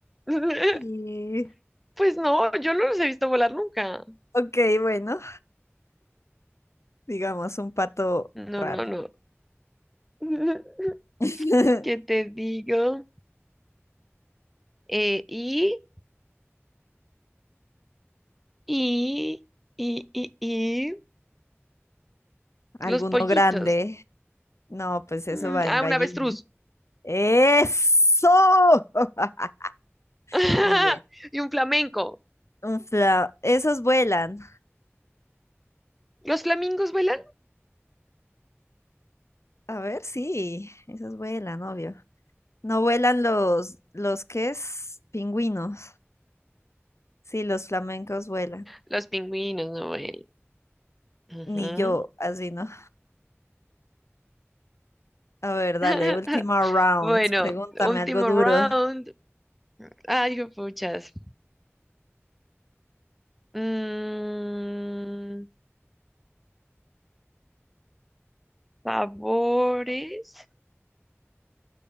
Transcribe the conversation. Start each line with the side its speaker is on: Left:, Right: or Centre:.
Centre: <laughs>
Left: Y...
Centre: Pues no, yo no los he visto volar nunca.
Left: Ok, bueno, digamos un pato
Centre: No,
Left: raro.
Centre: no, no. <laughs>
Left: <laughs>
Centre: ¿Qué te digo? Eh, y, y, y, y, y,
Left: Alguno
Centre: los pollitos.
Left: grande. No, pues eso
Centre: Mm,
Left: va
Centre: Ah,
Left: en gallina.
Centre: un avestruz.
Left: ¡Eso! <laughs>
Centre: <laughs>
Left: Muy bien.
Centre: Y un flamenco.
Left: Un fla... Esos vuelan.
Centre: ¿Los flamingos vuelan?
Left: A ver, sí, esos vuelan, obvio. No vuelan los, los que es pingüinos. Sí, los flamencos vuelan.
Centre: Los pingüinos no vuelan. Ujú.
Left: Ni yo, así no. A ver,
Centre: <laughs>
Left: dale, última round.
Centre: Bueno,
Left: Pregúntame
Centre: último
Left: algo duro.
Centre: round. Ay, puchas. Mm, sabores.